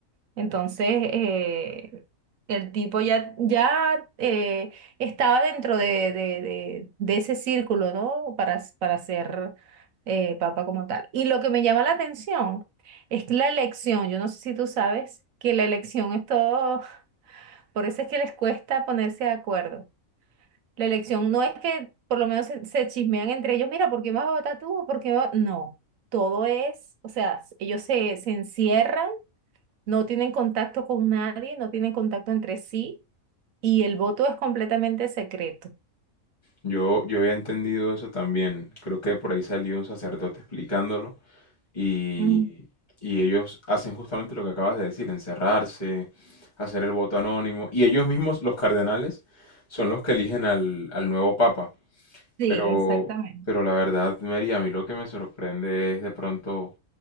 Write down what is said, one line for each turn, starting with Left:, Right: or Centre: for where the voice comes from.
Right: Entonces, eh, el tipo ya, ya eh, estaba dentro de, de- de- de ese círculo, ¿no? Para, para ser eh, papa como tal. Y lo que me llama la atención es que la elección, yo no sé si tú sabes que la elección es todo por eso es que les cuesta ponerse de acuerdo. La elección no es que por lo menos se, se chismean entre ellos, mira, ¿por qué vas a votar tú? ¿Por qué va-?". No, todo es, o sea, s- ellos se, se encierran, no tienen contacto con nadie, no tienen contacto entre sí y el voto es completamente secreto.
Left: Yo, yo había entendido eso también. Creo que por ahí salió un sacerdote explicándolo y,
Right: Ujú.
Left: y ellos hacen justamente lo que acabas de decir, encerrarse, hacer el voto anónimo. Y ellos mismos, los cardenales, son los que eligen al, al nuevo papa.
Right: Sí,
Left: Pero,
Right: exactamente.
Left: pero la verdad, Mary, a mí lo que me sorprende es de pronto